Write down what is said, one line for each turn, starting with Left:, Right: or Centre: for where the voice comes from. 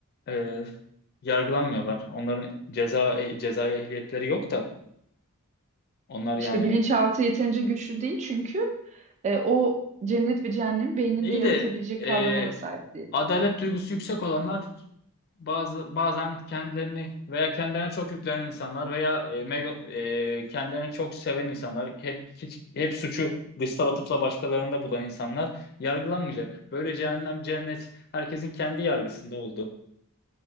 Left: e, yargılanmıyorlar. Onların ceza e, cezai ehliyetleri yok da onlar yani
Right: İşte bilinçaltı yeterince güçlü değil çünkü e, o cennet ve cehennemi beyninde
Left: iyi
Right: yaratabilecek
Left: de e,
Right: kavrama da sahip değil.
Left: adalet duygusu yüksek olanlar bazı bazen kendilerini veya kendilerine çok yüklenen insanlar veya e, mega- e, kendilerini çok seven insanlar hep hiç hep suçu dışsal atıfla başkalarında bulan insanlar yargılanmayacak. Böyle cehennem cennet herkesin kendi yargısında oldu.